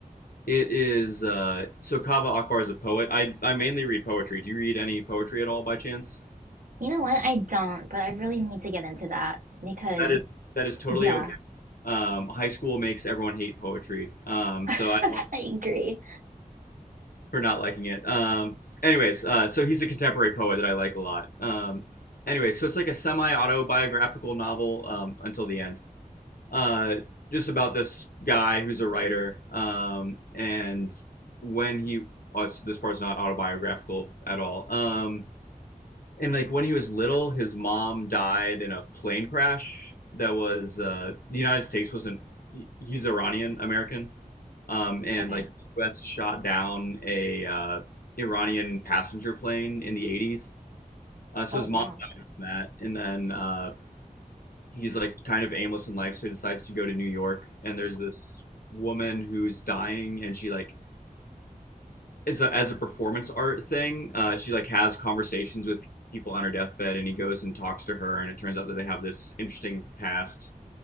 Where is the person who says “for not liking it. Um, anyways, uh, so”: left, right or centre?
Left